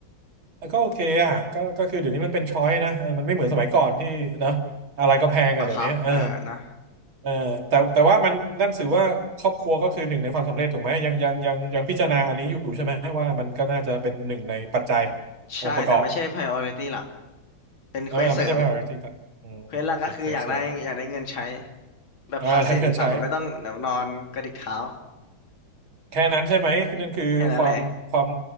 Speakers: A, on the right (about 70°); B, on the left (about 65°).
A: ก็โอเคอ่ะก็ก็คือเดี๋ยวนี้มันเป็นช้อยนะเออมันไม่เหมือนสมัยก่อนที่เนอะอะไรก็แพงอ่ะเดี๋ยวนี้เออ
B: บังคับเออนะ
A: เออแต่แต่ว่ามันนั่นถือว่าครอบครัวก็คือหนึ่งในความสำเร็จถูกไหมยังยังยังยังพิจารณาอันนี้อยู่ใช่ไหมว่ามันก็น่าจะเป็นหนึ่งในปัจจัย
B: ใช่แต่ไม่ใช่
A: องค์ประกอบ
B: priority หลักเป็นเควสเสริม
A: เออไม่ใช่ไม่ใช่ที่ต่างอืมเป็นเควสเสริม
B: เควสหลักก็คืออยากได้อยากได้เงินใช้แบบ
A: อ่า
B: passive
A: <laughs> อะไรก็ใช้
B: income แบบไม่ต้องแบบนอนกระดิกเท้า
A: แค่นั้นใช่ไหมนั่นคือความความ
B: แค่นั้นเลย